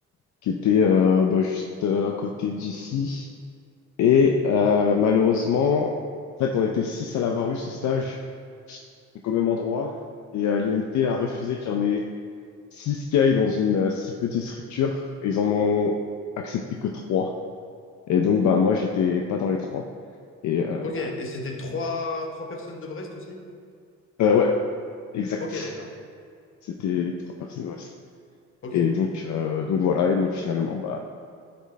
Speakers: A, on the left; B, on the left.
A: qui était euh, bah, juste euh, à côté d'ici. Et euh, malheureusement, en fait, on était six à l'avoir eu ce stage, donc au même endroit. Et euh, l'IMT a refusé qu'il y en ait six qui aillent dans une euh, si petite structure. Et ils en ont accepté que trois. Et donc, bah moi, j'étais pas dans les trois. Et euh,
B: Ok.
A: bah,
B: Et c'était trois, trois personnes de Brest aussi?
A: euh, ouais, exact.
B: Ok, d'accord.
A: C'était trois personnes au wrestling.
B: Ok.
A: Et donc, euh, donc voilà, et donc finalement, bah,